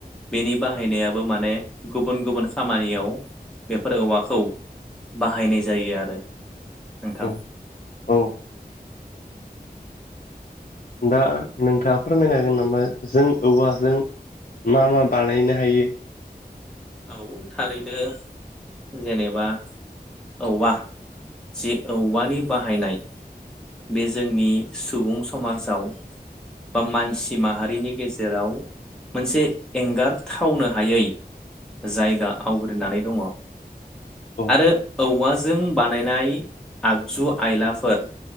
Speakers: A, in the centre; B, on the left.
A: बेनि बाहायनायाबो माने गुबुन गुबुन खामानियाव बेफोर औवाखौ बाहायनाय जायो आरो नोंथां
B: औ औ दा नोंथाङा फोरमायनो हागोन नामा जों औवाजों मा मा बानायनो हायो
A: औ थारैनो जेनेबा औवा जे औवानि बाहायनाय बे जोंनि सुबुं समाजाव बा मानसि माहारिनि गेजेराव मोनसे एंगारथावनो हायै जायगा आवग्रिनानै दङ
B: औ
A: आरो औवा जों बानायनाय आगजु आयलाफोर